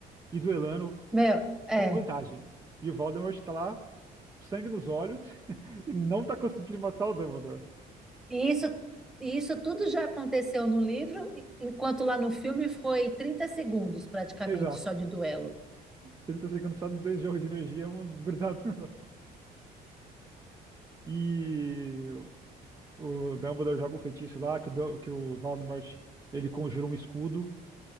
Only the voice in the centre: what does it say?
Meu, é.
E isso, e isso tudo já aconteceu no livro, enquanto lá no filme foi 30 segundos praticamente
só de duelo.